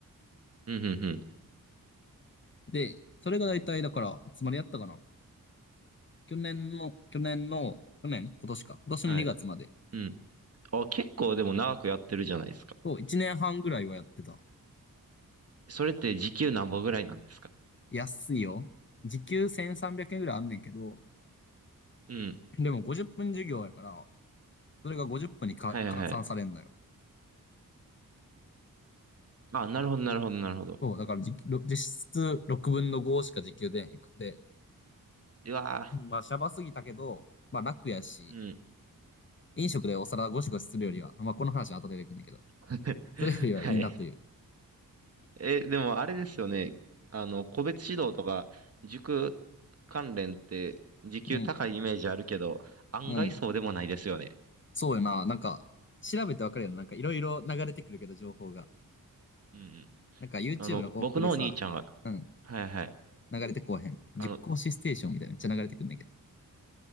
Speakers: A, on the right; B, on the left.
A: うん、うん、うん。
B: で、それが大体だから、いつまでやったかな。去年の、去年の、去年今年か。今年の2月まで。
A: はい。うん。あ、結構でも長くやってるじゃないですか。
B: そう、1年半ぐらいはやってた。
A: それって時給何んぼぐらいなんですか
B: 安いよ。時給1300円ぐらいあんねんけど、
A: うん。
B: でも50分授業やから、それが50分にか換算されんのよ。
A: はいはいはい。あ、なるほど、なるほど、なるほど。
B: そう、だから時給ろ実質6分の5しか時給出へんくて、
A: うわ
B: まあ、シャバすぎたけど、まあ、楽やし、
A: ーうん。
B: 飲食でお皿ゴシゴシするよりは、まあ、この話は後で出てくるんだけど、
A: <laughs>
B: それよりはいいなという。
A: はい。え、でもあれですよね。あの、個別指導とか、塾関連って、時給高いイメージあるけど、
B: うん、
A: 案外そうでもないですよね。
B: うん。そうよな。なんか、調べてわかるよな。なんか、いろいろ流れてくるけど、情報が。
A: うんうん。
B: なんか、YouTube
A: あの、
B: の広告でさ、
A: 僕のお兄ちゃんは
B: うん、
A: はいはい。
B: 流れてこうへん。塾講師ステーションみたいなめっちゃ流れてくるんだけど。
A: あの、